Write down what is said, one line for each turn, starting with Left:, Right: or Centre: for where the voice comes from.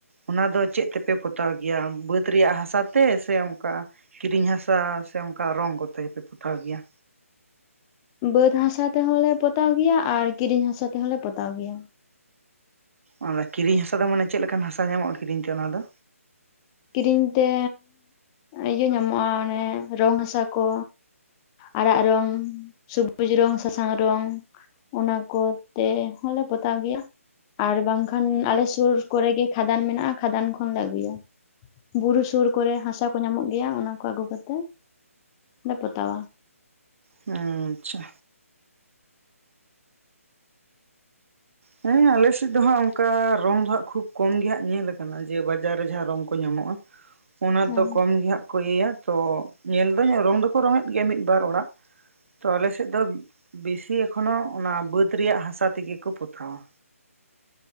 Right: ᱚᱱᱟ ᱫᱚ ᱪᱮᱫ ᱛᱮᱯᱮ ᱯᱚᱛᱟᱣ ᱜᱮᱭᱟ᱾ ᱵᱟᱹᱫᱽ ᱨᱮᱭᱟᱜ ᱦᱟᱥᱟ ᱛᱮ ᱥᱮ ᱚᱱᱠᱟ ᱠᱤᱨᱤᱧ ᱦᱟᱥᱟ ᱥᱮ ᱚᱱᱠᱟ ᱨᱚᱝ ᱠᱚᱛᱮ ᱜᱮᱯᱮ ᱯᱚᱛᱟᱣ ᱜᱮᱭᱟ᱾
Left: ᱵᱟᱹᱫᱽ ᱦᱟᱥᱟ ᱛᱮᱦᱚᱸᱞᱮ ᱯᱚᱛᱟᱣ ᱜᱮᱭᱟ, ᱟᱨ ᱠᱤᱨᱤᱧ ᱦᱟᱥᱟ ᱛᱮᱦᱚᱸᱞᱮ ᱯᱚᱛᱟᱣ ᱜᱮᱭᱟ,
Right: ᱚᱱᱟ ᱠᱤᱨᱤᱧ ᱦᱟᱥᱟ ᱫᱚ ᱢᱟᱱᱮ ᱪᱮᱫ ᱞᱮᱠᱟᱱ ᱦᱟᱥᱟ ᱧᱟᱢᱚᱜ-ᱟ ᱠᱤᱨᱤᱧ ᱛᱮ ᱚᱱᱟ ᱫᱚ᱾
Left: ᱠᱤᱨᱤᱧ ᱛᱮ ᱤᱭᱟᱹ ᱧᱟᱢᱚᱜ-ᱟ ᱚᱱᱮ ᱨᱚᱝ ᱦᱟᱥᱟ ᱠᱚ᱾ ᱟᱨᱟᱜ ᱨᱚᱝ, ᱥᱩᱵᱩᱡ ᱨᱚᱝ, ᱥᱟᱥᱟᱝ ᱨᱚᱝ, ᱚᱱᱟ ᱠᱚᱛᱮ ᱦᱚᱸᱞᱮ ᱯᱚᱛᱟᱣ ᱜᱮᱭᱟ ᱟᱨ ᱵᱟᱝᱠᱷᱟᱱ ᱟᱞᱮ ᱥᱩᱨ ᱠᱚᱨᱮ ᱜᱮ ᱠᱷᱟᱫᱟᱱ ᱢᱮᱱᱟᱜ-ᱟ᱾ ᱠᱷᱟᱫᱟᱱ ᱠᱷᱚᱱᱞᱮ ᱟᱹᱜᱩᱭᱟ ᱵᱩᱨᱩ ᱥᱩᱨ ᱠᱚᱨᱮ ᱦᱟᱥᱟ ᱠᱚ ᱧᱟᱢᱚᱜ ᱜᱮᱭᱟ ᱚᱱᱟ ᱠᱚ ᱟᱹᱜᱩ ᱠᱟᱛᱮ ᱞᱮ ᱯᱚᱛᱟᱣᱟ᱾
Right: ᱦᱩᱸ ᱟᱪᱪᱷᱟ ᱦᱮᱸ ᱟᱞᱮ ᱥᱮᱫ ᱫᱚ ᱦᱟᱸᱜ ᱚᱱᱠᱟ ᱨᱚᱝ ᱫᱚ ᱦᱟᱸᱜ ᱠᱷᱩᱵ ᱠᱚᱢ ᱜᱮ ᱦᱟᱸᱜ ᱧᱮᱞ ᱠᱟᱱᱟ ᱡᱮ ᱵᱟᱡᱟᱨ ᱨᱮ ᱡᱟᱦᱟᱸ ᱨᱚᱝ ᱠᱚ ᱧᱟᱢᱚᱜ-ᱟ᱾ ᱚᱱᱟ
Left: ᱦᱮᱸ
Right: ᱫᱚ ᱠᱚᱢ ᱜᱮᱦᱟᱸᱜ ᱠᱚ ᱤᱭᱟᱹᱭᱟ ᱛᱚ ᱧᱮᱞ ᱫᱟ. ᱧ ᱨᱚᱝ ᱫᱚᱠᱚ ᱨᱚᱝ ᱮᱫ ᱜᱮᱭᱟ ᱢᱤᱫᱵᱟᱨ ᱚᱲᱟᱜ ᱛᱚ ᱟᱞᱮᱥᱮᱫ ᱫᱚ ᱵᱮᱥᱤ ᱮᱠᱷᱚᱱᱳ ᱚᱱᱟ ᱵᱟᱹᱫᱽ ᱨᱮᱭᱟᱜ ᱦᱟᱥᱟ ᱛᱮᱜᱮ ᱠᱚ ᱯᱚᱛᱟᱣᱟ᱾